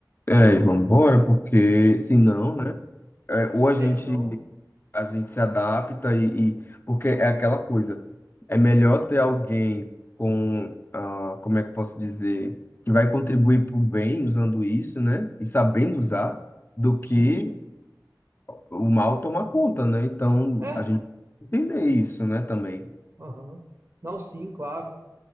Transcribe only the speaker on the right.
É,
senão,
sim.
É,
aham. Não, sim, claro.